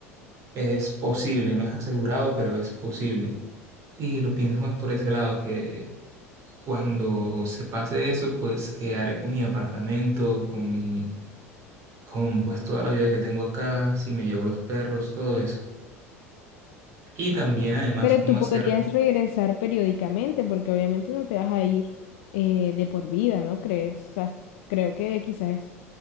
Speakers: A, on the right (about 40°); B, on the left (about 55°).
A: Es posible, no es asegurado, pero es posible. Y lo pienso más por ese lado, que cuando se pase eso, pues quedaré con mi apartamento, con mi, con pues toda la vida que tengo acá, si me llevo los perros, todo eso. Y también además
B: Pero
A: cómo
B: tú podrías
A: hacer
B: regresar periódicamente, porque obviamente no te vas a ir eh, de por vida, ¿no crees? O sea, creo que quizás